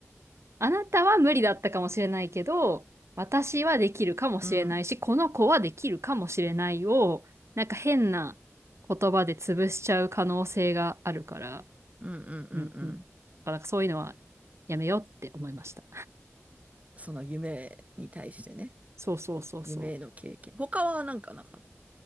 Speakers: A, on the right; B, on the right.
A: あなたは無理だったかもしれないけど、私はできるかもしれないし、
B: うん。
A: この子はできるかもしれないを、なんか変な言葉で潰しちゃう可能性があるから、
B: うんうんうんうん。
A: うんうん。だからなんかそういうのはやめようって思いました。
B: その夢に対してね。
A: そうそうそうそう。
B: 夢への経験。他はなんかなかった。